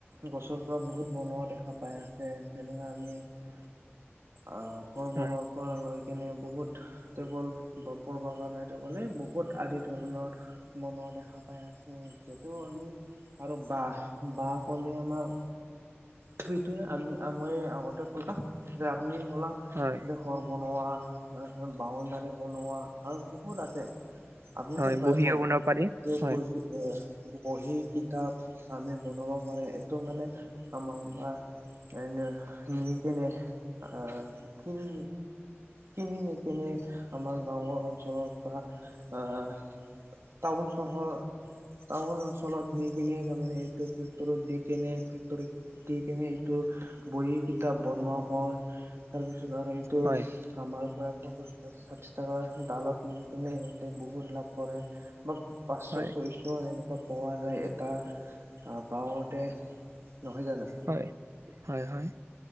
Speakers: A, on the right; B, on the right.
A: গছৰ পৰা বহুত বনোৱা দেখা পাই আছে। যেনেকা আমি- আহ সৰ বনৰ-
B: হয়,
A: লৈ কেনে বহুত টেবুল বা পঢ়বা কাৰণে, টেবুল এই বহুত আদি ধৰণৰ বনোৱা দেখা পাই আছে, এইটো আমি আৰু বাঁহ। বাঁহ ক'লে আমাৰ সেইটোৱেই আ মই আগতে ক'লাক যে আপুনি ক'লাক
B: হয়।
A: যে ঘৰ বনোৱা, বাউণ্ডাৰী বনোৱা। আৰু বহুত আছে আপুনি
B: হয়,
A: যে, কৈ
B: বহিও
A: গ'ল
B: বনাব পাৰি,
A: সে
B: হয়,
A: কৈ এ বহি-কিতাপ আমি বনাব পাৰো এইটো মানে আমাৰ এ ন নি কেনে আহ কিনি কিনি নিকিনে আমাৰ গাঁওৰ অঞ্চলৰ পৰা আহ টাউন চহৰ টাউন অঞ্চলত নি কিনে তাৰমানে এটো ফেক্তৰত দি কেনে ফেক্তৰীত দি কেনে এইটো বহী-কিতাপ বনোৱা হয়, তাৰপিছত আৰু এইটো
B: হয়,
A: আমাৰ পৰা পঞ্চাশ ষাঠি টাকা ডালত নি কিনে ইহঁতে বহুত লাভ কৰে। বা পাঁচশ
B: হয়,
A: ছয়শ এনেকুৱা পোৱা যায়, এটা আহ বাঁহতে নহয় জানো?
B: হয়, হয়, হয়।